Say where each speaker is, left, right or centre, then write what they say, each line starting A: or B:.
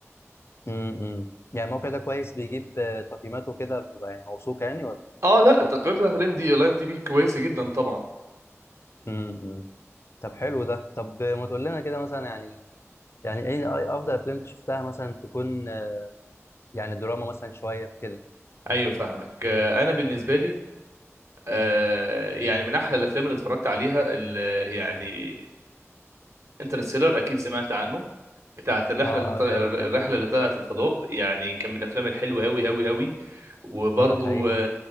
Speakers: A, on the left (about 55°); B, on the right (about 65°).
A: امم يعني الموقع ده كويس بيجيب آه، تقييماته كده بتبقى يعني موثوقة يعني ولا
B: اه لا التقييم بتاعت الام دي الاي ام دي بي كويسه جدا طبعا
A: امم طب حلو ده طب آه، ما تقول لنا كده مثلا يعني يعني ايه أي- افضل افلام انت شفتها مثلا تكون آه، يعني دراما مثلا شوية كده
B: ايوه فاهمك آه، انا بالنسبه لي آه، يعني من احلى الافلام اللي اتفرجت عليها ال- يعني انترستيلر اكيد سمعت عنه بتاعت الرحله
A: اه
B: اللي طل...
A: اه جامد
B: الرحله
A: جامد جدا
B: اللي طلعت الفضاء يعني كان من الافلام الحلوه قوي قوي قوي وبرضو
A: اه ده حقيقي